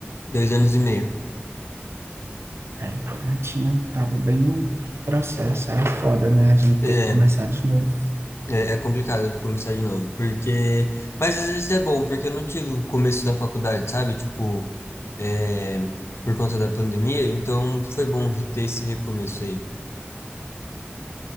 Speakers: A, on the left; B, on the right.
A: Dois anos e meio.
B: É, já tinha, tava bem no processo. Aí é foda, né? A gente
A: É,
B: ter que começar de novo.
A: é, é complicado começar de novo, porque... Mas às vezes é bom, porque eu não tive o começo da faculdade, sabe? Tipo, é, por conta da pandemia, então foi bom re- ter esse recomeço aí.